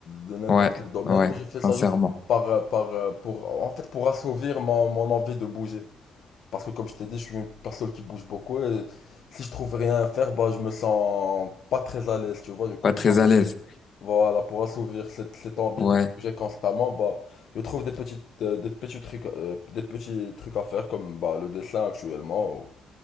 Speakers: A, on the left; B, on the left.
A: de n'importe
B: Ouais,
A: quel domaine,
B: ouais,
A: mais je fais ça
B: sincèrement,
A: juste par, euh, par, euh, pour, en fait, pour assouvir mon, mon envie de bouger. Parce que, comme je t'ai dit, je suis une personne qui bouge beaucoup et si je trouve rien à faire, bah, je me sens pas très à l'aise, tu vois. Du coup,
B: pas
A: pour
B: très
A: assouvir
B: à l'aise.
A: voilà, pour assouvir cette, cette envie
B: Ouais,
A: de bouger constamment, bah, je trouve des petites, euh, des petits trucs, euh, des petits trucs à faire comme bah, le dessin actuellement ou,